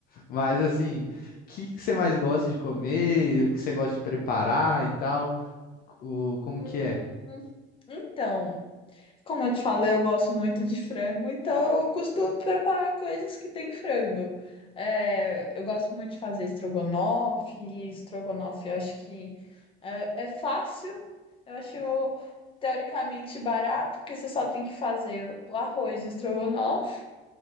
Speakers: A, on the left; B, on the left.
A: Mas assim, o que que você mais gosta de comer? O que você gosta de preparar e tal? O, como
B: Hum,
A: que é?
B: então, como eu te falei, eu gosto muito de frango, então eu costumo preparar coisas que tem frango. É, eu gosto muito de fazer estrogonofe, e estrogonofe eu acho que é, é fácil, eu acho teoricamente barato, porque você só tem que fazer o arroz e o estrogonofe,